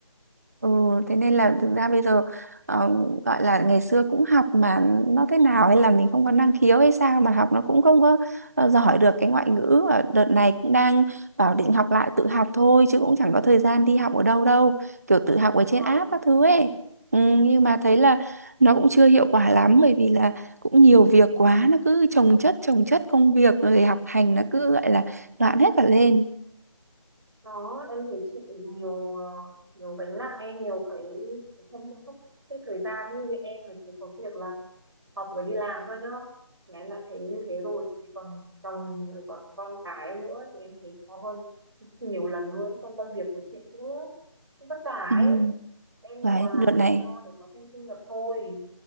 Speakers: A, on the right (about 30°); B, on the right (about 50°).
A: Ừ, thế nên là thực ra bây giờ ờ, gọi là ngày xưa cũng học mà nó thế nào hay là mình không có năng khiếu hay sao mà học nó cũng không có ờ, giỏi được cái ngoại ngữ và đợt này cũng đang bảo định học lại tự học thôi chứ cũng chẳng có thời gian đi học ở đâu đâu kiểu tự học ở trên
B: và
A: app các thứ ấy ừ, nhưng mà thấy là nó cũng chưa hiệu quả lắm bởi vì là cũng nhiều việc quá nó cứ chồng chất chồng chất công việc rồi học hành nó cứ gọi là loạn hết cả lên
B: đó em thấy chị nhiều ờ, nhiều gánh nặng ấy, nhiều cái không chăm sóc cái thời gian như, như em là chỉ có việc là học với đi làm thôi nhá mà em đã thấy như thế rồi chỉ còn chồng rồi còn con cái nữa thì em thấy khó hơn nhiều lần luôn trong công việc của chị cũng cũng vất vả
A: ừ,
B: ấy em là
A: đấy
B: còn
A: đợt
B: làm
A: này
B: tự do để có thêm thu nhập thôi